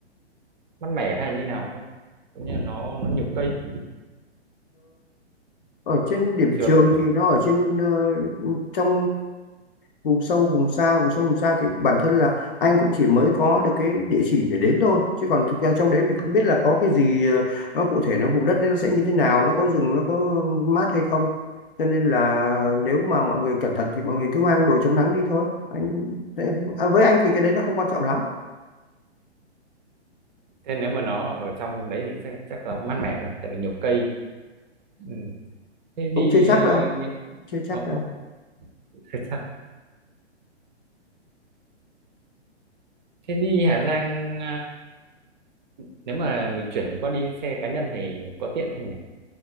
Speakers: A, on the right; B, on the left.
A: mát mẻ hay như nào không? Cũng như là nó nó nhiều cây
B: ở trên điểm
A: trường.
B: trường thì nó ở trên ờ, trong vùng sâu vùng xa vùng sâu vùng xa thì bản thân là anh cũng chỉ mới có được cái địa chỉ để đến thôi chứ còn thực ra trong đấy mình không biết là có cái gì ờ, nó cụ thể nó vùng đất đấy nó sẽ như thế nào nó có rừng nó có mát hay không cho nên là nếu mà mọi người cẩn thận thì mọi người cứ mang đồ chống nắng đi thôi anh à, với anh thì cái đấy nó không quan trọng lắm
A: Thế nếu mà nó ở trong đấy thì chắc chắc là cũng mát mẻ rồi, tại vì nhiều cây. Ừ. Thế đi
B: cũng chưa chắc
A: ờ,
B: đâu
A: những
B: chưa chắc
A: ờ,
B: đâu
A: ô, thế sao? Thế đi Hà Giang ờ, nếu mà mình chuyển qua đi xe cá nhân thì có tiện không nhỉ?